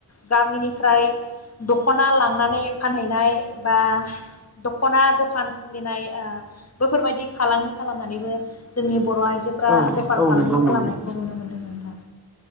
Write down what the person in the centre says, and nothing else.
औ
औ
नंगौ
नोंथां